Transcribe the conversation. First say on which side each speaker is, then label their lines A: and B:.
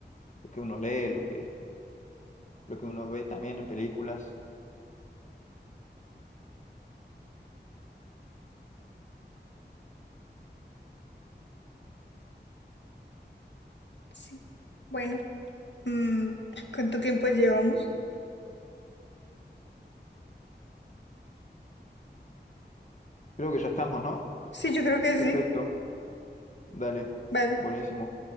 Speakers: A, on the left; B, on the left.
A: lo que uno lee, lo que, lo que uno ve también en películas.
B: Sí. Bueno, mm, ¿cuánto tiempo llevamos?
A: Creo que ya estamos, ¿no?
B: Sí, yo creo que
A: Perfecto.
B: sí.
A: Dale.
B: Vale.
A: Buenísimo.